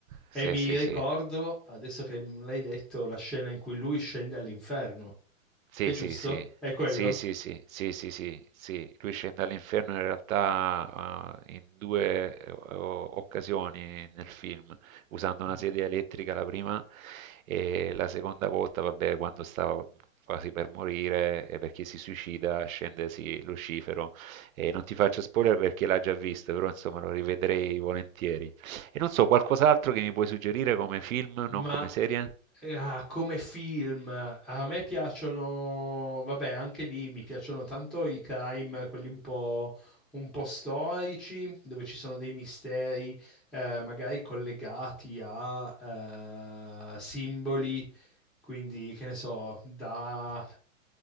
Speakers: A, on the right; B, in the centre.
A: sì,
B: E mi
A: sì,
B: ricordo,
A: sì.
B: adesso che me l'hai detto, la scena in cui lui scende all'inferno.
A: Sì,
B: È
A: sì,
B: giusto?
A: sì.
B: È quello?
A: Sì, sì, sì, sì, sì, sì, sì. Lui scende all'inferno in realtà eh, in due eh, o- occasioni nel film, usando una
B: Mm.
A: sedia elettrica la prima e la seconda volta, vabbè, quando stava quasi per morire e perché si suicida, scende sì, Lucifero. E non ti faccio spoiler perché l'ha già visto, però insomma lo rivedrei volentieri. E non so, qualcos'altro che mi puoi suggerire come film,
B: Ma
A: non come serie?
B: eh, ah, come film, a me piacciono, vabbè, anche lì mi piacciono tanto i crime, quelli un po', un po' storici, dove ci sono dei misteri, eh, magari collegati a eh, simboli quindi, che ne so, da